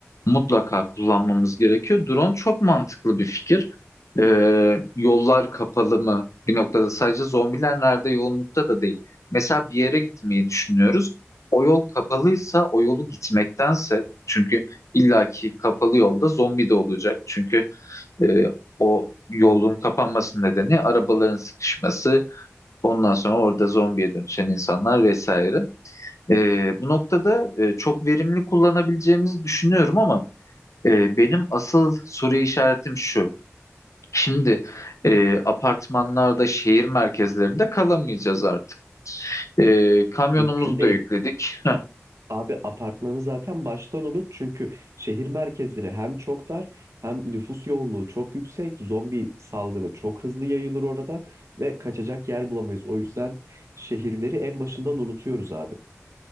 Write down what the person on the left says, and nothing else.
mutlaka kullanmamız gerekiyor. Drone çok mantıklı bir fikir. Ee, yollar kapalı mı? Bir noktada sadece zombiler nerede yoğunlukta da değil. Mesela bir yere gitmeyi düşünüyoruz. O yol kapalıysa o yolu gitmektense çünkü illaki kapalı yolda zombi de olacak. Çünkü e, o yolun kapanması nedeni arabaların sıkışması Ondan sonra orada zombiye dönüşen insanlar vesaire. Ee, bu noktada e, çok verimli kullanabileceğimizi düşünüyorum ama e, benim asıl soru işaretim şu. Şimdi e, apartmanlarda, şehir merkezlerinde kalamayacağız artık. E, kamyonumuzu
da yükledik. Heh,